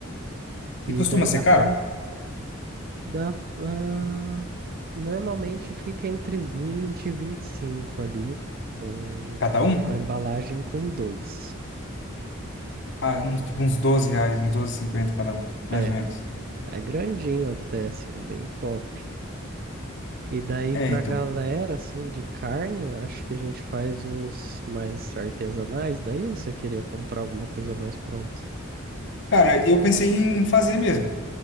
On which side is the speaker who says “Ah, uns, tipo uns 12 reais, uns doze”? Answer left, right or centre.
Left